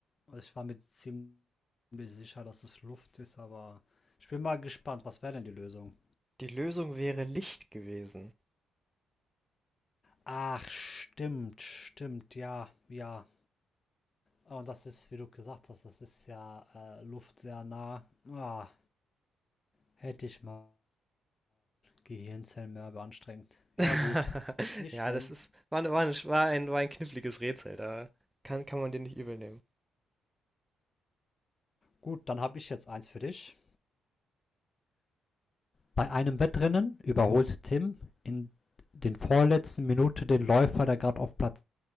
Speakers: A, on the left (about 35°); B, in the centre.
A: also ich war mir ziemlich sicher, dass es Luft ist, aber ich bin mal gespannt, was wäre denn die Lösung?
B: Die Lösung wäre Licht gewesen.
A: Ach, stimmt, stimmt, ja, ja. Ah, Und das ist, wie du gesagt hast, das ist ja äh, Luft sehr nah. Ah, hätte ich mal Gehirnzellen mehr beanstrengt.
B: <laughs>
A: Ja, gut. Nicht
B: Ja,
A: schlimm.
B: das ist, war, ne- war, ne- war, ein, war ein kniffliges Rätsel, da kann, kann man den nicht übel nehmen.
A: Gut, dann habe ich jetzt eins für dich. Bei einem Wettrennen überholte Tim in den vorletzten Minuten den Läufer, der gerade auf Platz